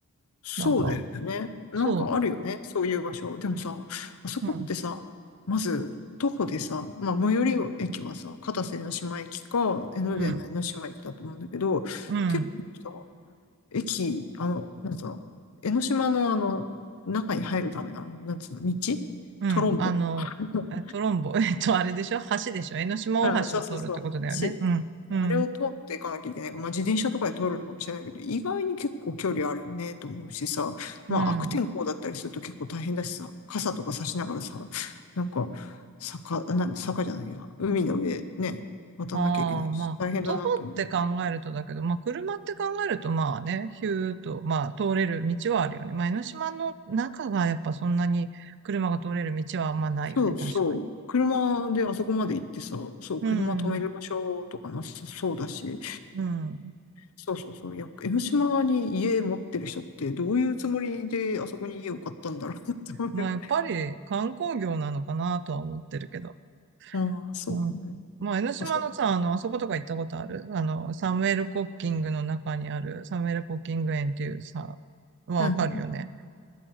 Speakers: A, on the left; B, on the right.
A: そうだよね。
B: なんか、
A: なんかあるよね。
B: そ
A: そういう場所。でもさ、あそこってさ、
B: う、うん、
A: まず、徒歩でさ、まあ、最寄り駅はさ、片瀬江島駅か、江ノ電の江ノ島駅だと思うんだけど、
B: うん、うん、
A: 結構さ、駅、あの、なんつうの、江ノ島のあの、中に入るための、あの、なんつうの、道
B: うん、
A: トロンボ。
B: あの、
A: <laughs>
B: えトロンボ、<laughs> えっと、あれでしょ橋でしょ江ノ島大橋を通るってことだよね。
A: うんそうそうそう。し、
B: うん、うん、
A: あれを通っていかなきゃいけない。まあ、自転車とかで通るのかもしれないけど、意外に結構距離あるよね、と思うしさ。まあ、
B: うん。
A: 悪天候だったりすると結構大変だしさ、傘とか差しながらさ、なんか、坂、あなん坂じゃないや、海の上ね、渡んなきゃいけないし、
B: ああ、まあ、
A: 大変だなと思う。
B: 徒歩って考えるとだけど、まあ、車って考えると、まあね、ヒューッと、まあ、通れる道はあるよね。まあ、江ノ島の中がやっぱそんなに車が通れる道はあんまないよね、
A: そうそう。
B: 確かに。
A: 車であそこまで行ってさ、そう、
B: うん、
A: 車止める場所とかなさそうだし、
B: うん。
A: そうそうそう。いや、江ノ島に家持ってる人ってどういうつもりであそこに家を買ったんだろうなって思うよね。
B: まあ、やっぱり観光業なのかなとは思ってるけど。
A: <laughs> ああ、そうかもね。
B: うん、まあ、江ノ島のさ、
A: あ、そう。
B: あの、あそことか行ったことあるあの、サムエル・コッキングの中にある、サムエル・コッキング園っていうさ、はわかるよね。
A: うんうん。